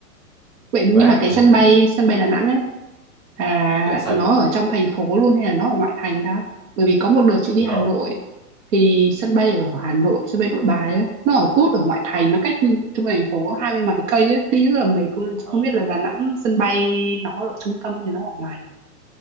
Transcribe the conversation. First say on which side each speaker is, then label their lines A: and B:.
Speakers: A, on the right; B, on the right.
A: Vậy nhưng
B: Vé
A: mà cái
B: cũng
A: sân bay sân bay Đà Nẵng ấy à
B: dạ sao
A: nó
B: vậy
A: ở trong thành phố luôn hay là nó ở ngoại thành ta? Bởi vì có một đợt chị đi
B: nó
A: Hà Nội thì sân bay ở Hà Nội, sân bay Nội Bài ấy, nó ở tút ở ngoại thành, nó cách trung thành phố hai mươi mấy cây ấy, đi rất là mệt luôn. Chị
B: ở-
A: Không biết là Đà Nẵng sân bay nó ở trung tâm hay nó ở ngoài nhỉ?